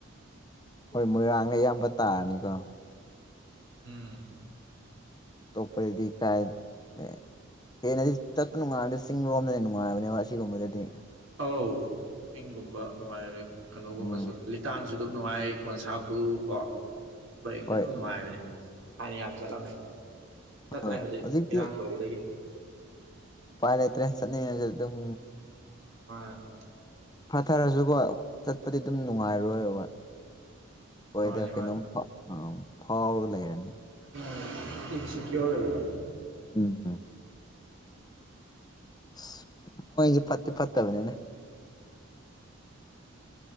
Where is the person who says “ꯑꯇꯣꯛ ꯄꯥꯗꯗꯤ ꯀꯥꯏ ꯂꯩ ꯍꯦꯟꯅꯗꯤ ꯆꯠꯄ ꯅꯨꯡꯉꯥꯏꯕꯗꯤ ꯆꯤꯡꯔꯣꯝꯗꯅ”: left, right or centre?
Left